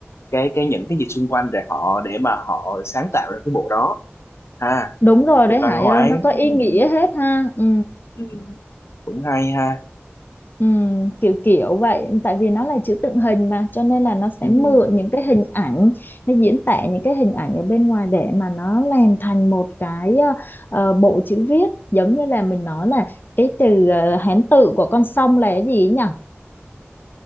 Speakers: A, on the left (about 75°); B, on the left (about 45°).
A: cái cái những cái gì xung quanh để họ để mà họ sáng tạo ra cái bộ đó à
B: Đúng rồi
A: về
B: đấy
A: văn
B: Hải
A: hóa
B: ơi,
A: ấy.
B: nó có
A: ừ,
B: ý nghĩa
A: ừ,
B: hết ha. Ừ.
A: ừ, ừ, cũng hay ha
B: Ừ. Kiểu kiểu vậy, tại vì nó là chữ tượng hình mà, cho nên là nó sẽ
A: ừ. ừ.
B: mượn những cái hình ảnh, nó diễn tả những cái hình ảnh ở bên ngoài để mà nó làm thành một cái ờ, ờ, bộ chữ viết, giống như là mình nói là cái từ ờ, Hán tự của con sông là cái gì nhỉ?